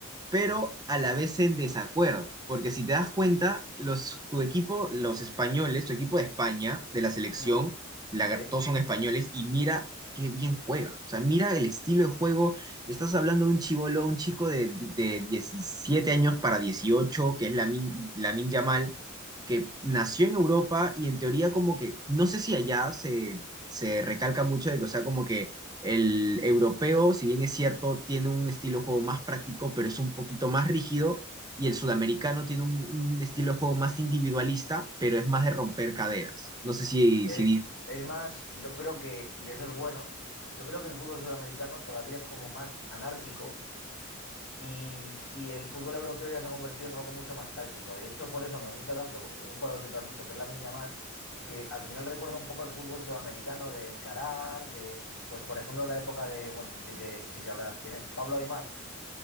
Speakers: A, on the right; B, on the left.
A: pero a la vez en desacuerdo, porque si te das cuenta, los, tu equipo, los españoles, tu equipo de España, de la selección,
B: Ujú.
A: la-
B: Sí.
A: todos son españoles, y mira qué bien juegan, o sea, mira el estilo de juego, estás hablando de un chibolo, un chico de, de 17 años para 18 que es Lamin, Lamin Yamal, que nació en Europa y en teoría como que, no sé si allá se, se recalca mucho de que, o sea, como que el europeo, si bien es cierto, tiene un estilo de juego más práctico, pero es un poquito más rígido. Y el sudamericano tiene un, un estilo de juego más individualista, pero es más de romper caderas. No sé si,
B: Eh,
A: si di-
B: Es más, yo creo que, y eso es bueno, yo creo que el fútbol sudamericano todavía es como más anárquico y, y el fútbol europeo ya se ha convertido en algo mucho más táctico. De hecho, por eso me gusta tanto un jugador que tú has dicho, que es Lamine Yamal, que al final recuerda un poco al fútbol sudamericano de encarar, de, pues por ejemplo, la época de, bueno, no sé si, te- si sabrás quién es, Pablo Aimar